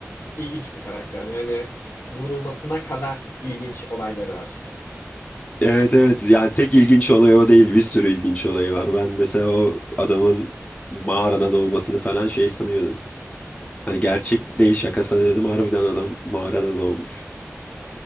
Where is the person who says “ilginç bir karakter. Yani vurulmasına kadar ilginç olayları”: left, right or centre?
Left